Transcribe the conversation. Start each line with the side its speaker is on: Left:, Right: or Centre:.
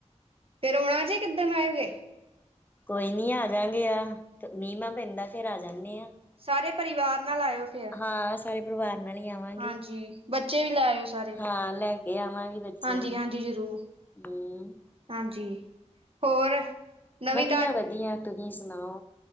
Right: ਫਿਰ ਆਉਣਾ ਜੇ, ਕਿੱਦਨ ਆਓਗੇ?
Left: ਕੋਈ ਨੀ ਆ ਜਾਂਗੇ ਆ, ਮੀਂਅ ਨਾ ਪੈਂਦਾ ਫੇਰ ਆ ਜਾਂਨੇ ਆ।
Right: ਸਾਰੇ ਪਰਿਵਾਰ ਨਾਲ ਆਇਓ ਫਿਰ
Left: ਹਾਂ, ਸਾਰੇ ਪਰਿਵਾਰ ਨਾਲ ਈ ਆਵਾਂਗੀ।
Right: ਹਾਂਜੀ ਬੱਚੇ ਵੀ ਲੈ ਆਇਓ ਸਾਰੇ
Left: ਹਾਂ, ਲੈ ਕੇ ਆਵਾਂਗੀ ਬੱਚਿਆਂ
Right: ਹਾਂਜੀ
Left: ਨੂੰ,
Right: ਹਾਂਜੀ ਜ਼ਰੂਰ
Left: ਹੂੰ।
Right: ਹਾਂਜੀ, ਹੋਰ ਨਵੀਂ
Left: ਵਦੀਆ-ਵਦੀਆ। ਤੁਸੀਂ ਸੁਨਾਓ?